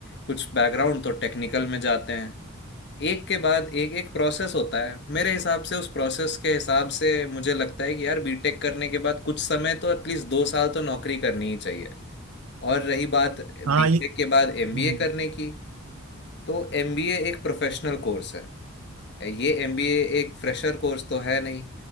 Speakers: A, on the left; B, on the right.
A: कुछ बैकग्राउंड तो टेक्निकल में जाते हैं एक के बाद एक एक प्रोसेस होता है मेरे हिसाब से उस प्रोसेस के हिसाब से मुझे लगता है कि यार बीटेक करने के बाद कुछ समय तो एटलीस्ट दो साल तो नौकरी करनी ही चाहिए और रही बात बीटेक
B: हाँ ये
A: के बाद एमबीए
B: हम्म।
A: करने की तो एमबीए एक प्रोफेशनल कोर्स है ये एमबीए एक फ्रेशर कोर्स तो है नहीं